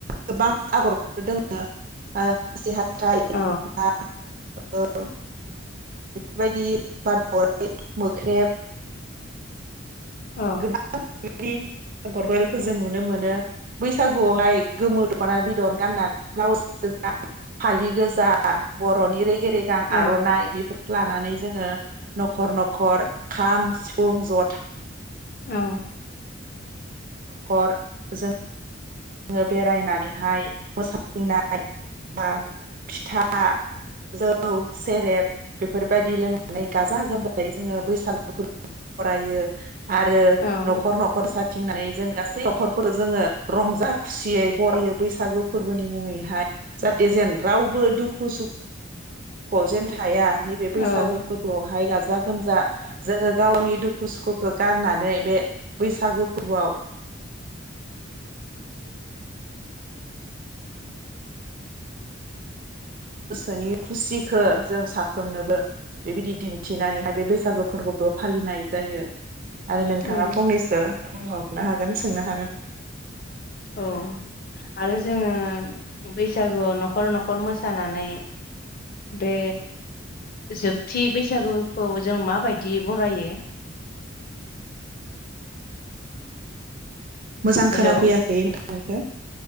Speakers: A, on the right (about 45°); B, on the left (about 45°).
A: गोबां आगरफोर दोङो। ओ खासि हाथाइ
B: औ
A: ओ बेफोरबायदि दावराइ मोख्रेब
B: औ
A: गोबां आगरफोरखौ जों नुनो मोनो बैसागुआवहाय गोमो दख' दख'ना बिदन गाननानै ब्लाउस
B: <inaudible>
A: फालि गोजा बर'नि रेग गेरेगां
B: औ
A: आर'नाइ बेफोरखौ लानानै जोङो न'खर न'खर खाम सि फुं, जथा
B: औ
A: न'खर जों जोङो बेरायनानैहाय मोसाथिंनाय बा फिथा जौ सेरेब बेफोरबायदि लोंनानै गाजा गोमजायै जोङो बैसागु फोरबोखौ बरायो। आरो
B: औ
A: न'खर न'खर सा थिंनानै जों गासै न'खरफोर जोङो रंजा खुसियै बरायो बैसागो फोरबोनि मुङैहाय जाहाथे जेन रावबो दुखु सुखुखौ जेन थाया नैबे बैसागो
B: औ
A: फोरबोआवहाय गाजा गोमजा जोङो गावनि दुखु सुखुखौ गारनानै बे बैसागो फोरबोआव गोसोनि खुसिखो जों साफ्रोमनोबो बेबायदि दिन्थिनानैहाय बे बैसागो फोरबोखौ फालिनाय जायो। आरो नोंथाङा
B: औ
A: फंनैसो बुंबावनो हागोन सोंनो हागोन
B: औ आरो जोङो बैसागुआव न'खर न'खर मोसानानै बे जोबथि बैसागुखौ जों माबायदि बरायो
A: मोजां
B: हेलौ
A: खोना फैयाखै नोंथांनिखो